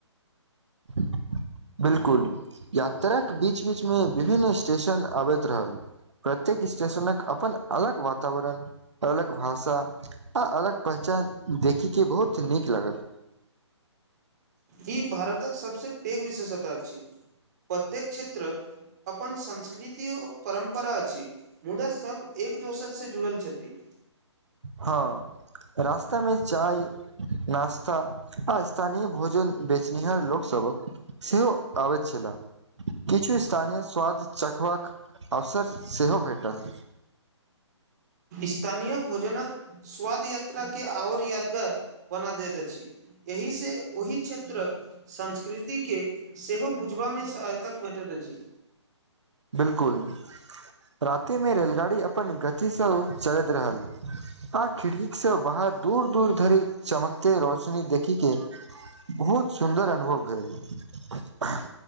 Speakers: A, on the right; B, on the right.
A: <inaudible> बिलकुल यात्राक बीच बीचमे विभिन्न स्टेशन आबैत रहल प्रत्येक स्टेशनक अपन अलग वातावरण अलग भाषा आ अलग पहचान देखि के बहुत नीक लागल
B: ई भारतक सबसे पेघ विशेषता छी प्रत्येक क्षेत्रक अपन संस्कृति आर परम्परा अछि मुदा सभ एक एक दोसर से जुड़ल छथि
A: हँ रास्ता मे चाय नास्ता आ स्थानी भोजन बेचनिहार लोकसबक सेहो आबै छला किछु स्थानीय स्वाद चखबाक अवसर सेहो भेटल
B: स्थानीय भोजनक स्वाद यात्रा के आओर यादगार बना दैत अछि एहि से ओहि क्षेत्रक संस्कृति के सेहो बुझबा मे सहायतक भेटल रह अछि
A: बिलकुल राति मे रेलगाड़ी अपन गति सँ चलैत रहल आ खिड़की सँ बाहर दूर दूर धरि चमकते रौशनी देखिके बहुत सुन्दर अनुभव भेल